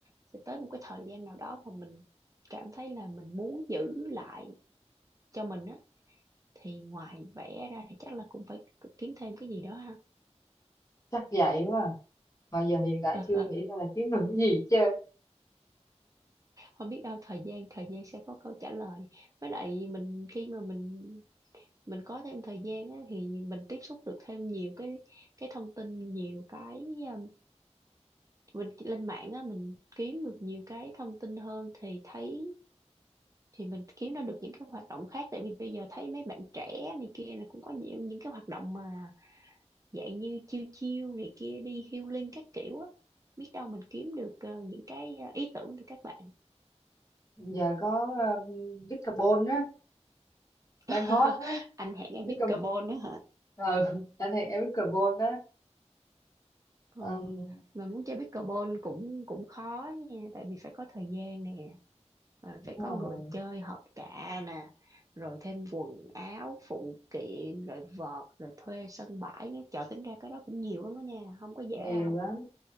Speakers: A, on the right; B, on the left.
A: sẽ tới một cái thời gian nào đó mà mình cảm thấy là mình muốn giữ lại cho mình á thì ngoài vẽ ra thì chắc là cũng phải kiếm thêm cái gì đó ha
B: chắc vậy quá à. mà giờ hiện tại
A: <laughs>
B: chưa nghĩ ra là kiếm được cái gì chứ
A: không biết đâu thời gian thời gian sẽ có câu trả lời với lại mình khi mà mình mình có thêm thời gian á, thì mình tiếp xúc được thêm nhiều cái cái thông tin nhiều cái um, mình lên mạng á mình kiếm được nhiều cái thông tin hơn thì thấy thì mình kiếm ra được những cái hoạt động khác tại vì bây giờ thấy mấy bạn trẻ này kia là cũng có nhiều những cái hoạt động mà dạng như chiêu chiêu này kia đi healing các kiểu á biết đâu mình kiếm được ờ, những cái ờ, ý tưởng từ các bạn
B: giờ có uh, Bitcarbon á
A: <laughs>
B: đang hot á
A: anh hẹn em
B: Bitcarbon
A: biết carbon đó
B: ừ anh thì em Bitcarbon đó
A: Ờ,
B: um,
A: mà muốn chơi pickleball cũng cũng khó nha tại vì phải có thời gian nè mà
B: đúng
A: phải có người
B: rồi
A: chơi hợp cạ nè rồi thêm quần áo phụ kiện rồi vợt rồi thuê sân bãi nữa trời tính ra cái đó cũng nhiều lắm đó nha không có dễ
B: nhiều
A: đâu
B: lắm